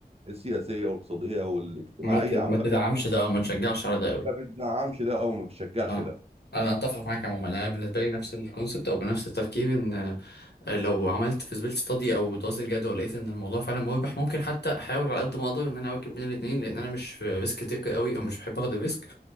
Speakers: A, on the right (about 35°); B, on the left (about 75°).
A: السياسيه والاقتصاديه والاجتماعيه
B: ما ت-
A: عامه
B: ما تدعمش ده او ما تشجعش على ده قوي
A: ما بتدعمش ده او ما بتشجعش
B: اه
A: ده
B: انا اتفق معاك عموما انا بالنسبه لي نفس الكونسبت او بنفس التفكير ان لو عملت فيزبيلتي ستادي او دراسه جدوى ولقيت ان الموضوع فعلا مربح ممكن حتى احاول على قد ما اقدر ان انا اواكب بين الاثنين لان انا مش ريسك تيكر قوي او مش بحب اخد الريسك